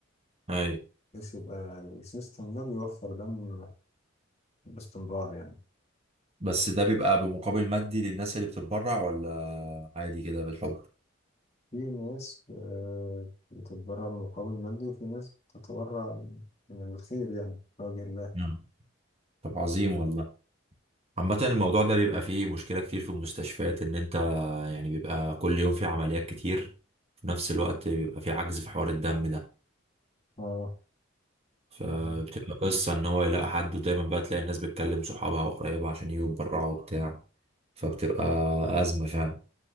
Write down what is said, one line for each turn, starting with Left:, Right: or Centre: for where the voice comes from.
Right: اي
Left: بحيث يبقى السيستم ده بيوفر دم باستمرار يعني
Right: بس ده بيبقى بمقابل مادي للناس اللي بتتبرع ولا عادي كده بالحب
Left: في ناس آه، بتتبرع بمقابل مادي وفي ناس بتتبرع من الخير يعني في وجه الله
Right: مم. طب عظيم والله عامة الموضوع ده بيبقى فيه مشكلة كتير في المستشفيات إن أنت يعني بيبقى كل يوم في عمليات كتير في نفس الوقت بيبقى في عجز في حوار الدم ده
Left: اه
Right: فبتبقى
Left: فاهم.
Right: قصة إن هو يلاقي حد ودايما بقى تلاقي الناس بتكلم صحابها وقرايبها عشان يجوا يتبرعوا وبتاع فبتبقى أزمة فعلا